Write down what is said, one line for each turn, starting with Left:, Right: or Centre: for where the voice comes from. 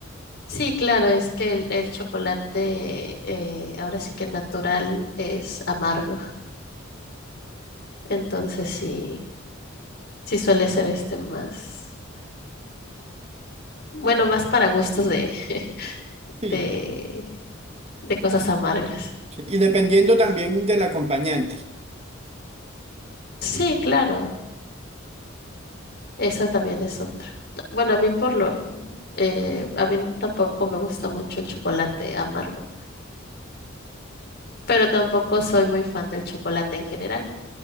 Left: sí, claro, es que el, el chocolate eh, ahora sí que natural es amargo. Entonces sí, sí suele ser este más, bueno, más para gustos de, <laughs> de,
Right: Sí,
Left: de cosas amargas.
Right: sí. Y dependiendo también del acompañante,
Left: Sí, claro. Esa también es otra. Bueno, a mí por lo, eh, a mí tampoco me gusta mucho el chocolate amargo, pero tampoco soy muy fan del chocolate en general.